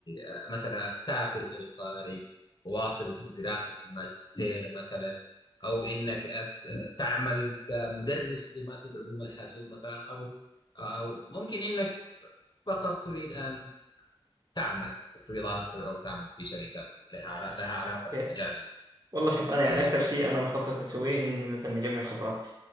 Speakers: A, on the left; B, on the right.
A: آه، مثلا تسافر للخارج واصل في دراسة الماجستير مثلا أو أنك أت- آه، تعمل كمدرس لمادة علوم الحاسوب مثلا أو أو ممكن أنك فقط تريد أن تعمل فريلانسر أو تعمل في شركة لها علا- لها علاقة بالمجال
B: يا- والله شوف انا يعني
A: اللي
B: اكثر شيء انا مخطط اسويه اني مثلا اجمع خبرات